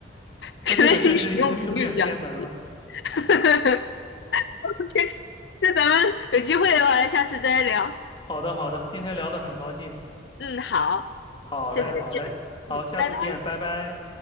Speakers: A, on the left; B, on the left.
A: <laughs>
B: 可能你使用频率比较低。
A: 那这个确实有 <laughs> 有点偏门了。
B: <laughs> OK，那咱们有机会的话，下次再聊。
A: 好的好的，今天聊得很高兴。
B: 嗯，好，
A: 好嘞好嘞，
B: 下次再见。
A: 好，
B: 嗯，
A: 下次见，
B: 拜拜。
A: 拜拜。